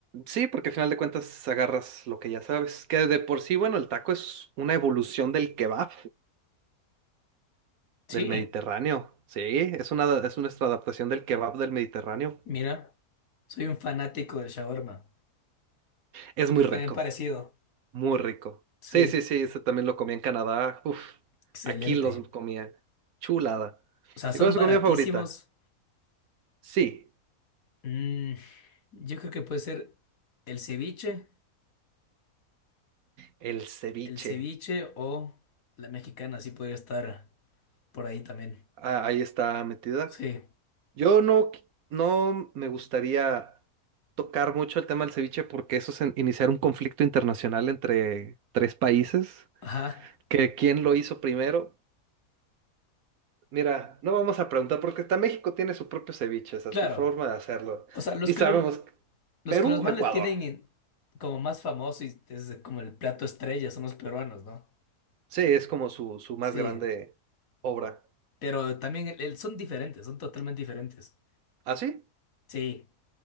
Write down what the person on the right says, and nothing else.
Sí, porque a final de cuentas agarras lo que ya sabes. Que de por sí, bueno, el taco es una evolución del kebab
del Mediterráneo. Sí, es una, es nuestra adaptación del kebab del Mediterráneo.
Es muy
rico,
muy rico.
Sí, sí, sí, ese también lo comía en Canadá. Uf,
aquí los comía. Chulada.
¿Y cuál es
su comida favorita? Sí.
El ceviche.
Ah, ahí está metida.
Yo no, qui- no me gustaría tocar mucho el tema del ceviche porque eso es en- iniciar un conflicto internacional entre tres países.
Que quién lo hizo primero. Mira, no vamos a preguntar porque hasta México tiene su propio ceviche, o sea,
su forma de hacerlo.
Y
sabemos,
Perú,
Ecuador.
Sí, es como su, su más
grande obra.
¿Ah, sí?